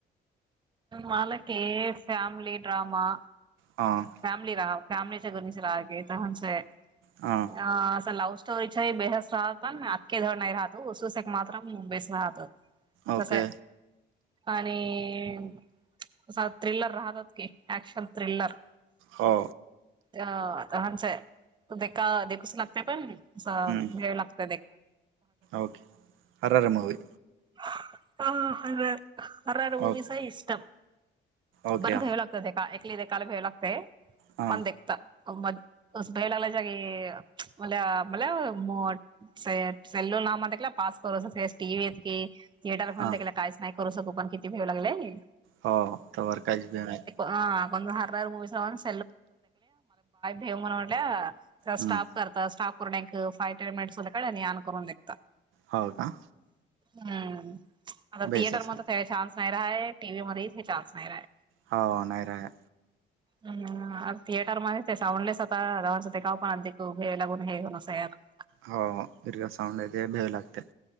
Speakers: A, on the right (about 25°); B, on the right (about 80°).
A: मालक ये फॅमली ड्रमा.
B: हां.
A: फॅमिली राहा फॅमिली चे घणीसलागे <unintelligible>
B: हा.
A: अ असं लव्ह स्टोरीच्या बेहस राहत अखे धड नाही राहतो उसुसेक मात्र बेस राहतो.
B: ओके
A: तस हाय, आणि, संत्री ला राहत <unintelligible> ऍशन थ्रिलर.
B: हो.
A: अ हाचे, देका देखूच लागतेय पण
B: हम्म,
A: वेळ लागत
B: ओके हरर मूवी
A: <unintelligible> अर रूवीस
B: ओके
A: इष्टम,
B: ओके
A: बर भ्याव लागतं ते का एक देकाला भ्याव लागतय.
B: हा
A: पण देक्ता, म, <unintelligible> मला मला मो <unintelligible> थिएटर घेऊन
B: हा
A: त्याला काहीच नाही करू शकू पण किती भेऊ लागलय?
B: हो तरवर काहीच भिऊ नाही.
A: हा कोण हर्रार मूवीस लावा <unintelligible> भेमन वाटे,
B: हम्म,
A: स्टाप करता स्टॉप करून एक फाय टाईम <unintelligible> याण करून देखता.
B: हो का.
A: हम्म, आता
B: बेस
A: थियेटर
B: असणार
A: मध्य काय चान्स. नाही रा आहे टीव्ही मध्ये हे चान्स नाही आहे.
B: हाव नाही राय.
A: हम्म थिएटरमध्ये ते साउंडलेस होता <unintelligible> ते का पण अधिक हे लागून हे <unintelligible>
B: हो, दर्घ साऊंड आहेेते भेव लागते.